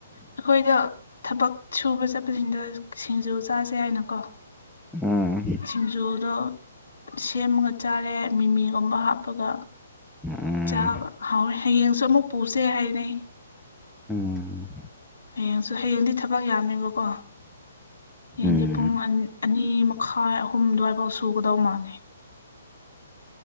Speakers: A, on the left (about 65°); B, in the centre.
A: ꯑꯩꯈꯣꯏꯗ ꯊꯕꯛ ꯁꯨꯕ ꯆꯠꯄꯁꯤꯡꯗ ꯁꯤꯡꯖꯨ ꯆꯥꯁꯦ ꯍꯥꯏꯏꯅꯀꯣ
B: ꯎꯝ
A: ꯁꯤꯡꯖꯣꯗ ꯁꯦꯝꯃꯒ ꯆꯥꯔꯦ ꯃꯤꯃꯤꯒꯨꯝꯕ ꯍꯥꯞꯄꯒ
B: ꯎꯝ
A: ꯆꯥꯕ ꯍꯥꯎꯋꯦ ꯍꯌꯦꯡꯁꯨ ꯑꯃꯨꯛ ꯄꯨꯁꯦ ꯍꯥꯏꯅꯩ
B: ꯎꯝ
A: ꯍꯌꯦꯡꯁꯨ ꯍꯌꯦꯡꯗꯤ ꯊꯕꯛ ꯌꯥꯝꯃꯦꯕꯀꯣ ꯍꯌꯦꯡꯗꯤ
B: ꯎꯝ
A: ꯄꯨꯡ ꯑꯟ ꯑꯅꯤꯃ ꯈꯥꯏ ꯑꯍꯨꯝ ꯑꯗꯨꯋꯥꯏꯕꯧ ꯁꯨꯒꯗꯧ ꯃꯥꯜꯂꯦ